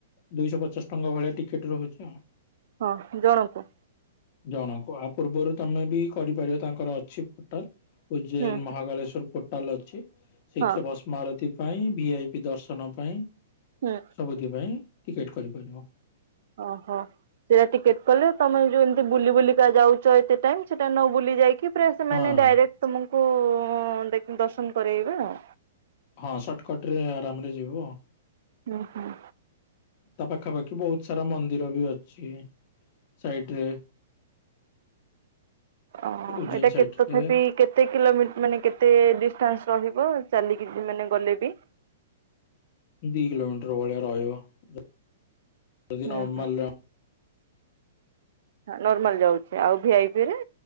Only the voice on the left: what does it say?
ଦୁଇଶହ ପଚାଶ ଟଙ୍କା ଭଳିଆ ଟିକେଟ ରହୁଛି ଆଉ।
ଜଣକୁ ଆ ପୂର୍ବରୁ ତମେ ବି କରିପାରିବ ତାଙ୍କର ଅଛି ଟାଲ ଉଜ୍ଜୟନ
ମହାକାଳେଶ୍ୱର କୋଟାଲ ଅଛି। ଶିକ୍ଷ
ଭସ୍ମାରତୀ ପାଇଁ ବି ଆଇ ପି ଦର୍ଶନ ପାଇଁ।
ସବୁଦି ପାଇଁ ଟିକେଟ୍ କରିପାରିବ।
ହଁ
ହଁ ସଟକଟ ରେ ଆରାମରେ ଯିବ।
ତା ପାଖାପାଖି ବହୁତ ସାରା ମନ୍ଦିର ବି ଅଛି ସାଇଟି ରେ।
ଉଜ୍ଜୈନ
ସାଇଡରେ
ଦି କିଲୋମିଟର ଭଳିଆ ରହିବ ଯଦି
ନର୍ମାଲ